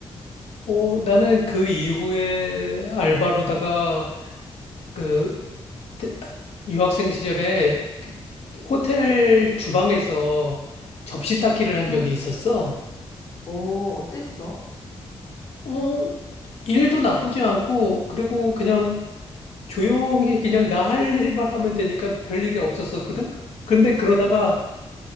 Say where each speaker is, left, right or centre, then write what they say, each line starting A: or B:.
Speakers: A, on the left; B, on the left.
A: 어, 나는 그 이후에 알바로다가 그 대- 유학생 시절에 그 호텔 주방에서 접시 닦기를 한
B: 응,
A: 적이 있었어.
B: 오, 어땠어?
A: 어, 일도 나쁘지 않고, 그리고 그냥 조용히 그냥 나 할 일만 하면 되니까 별일이 없었었거든? 근데 그러다가
B: 응,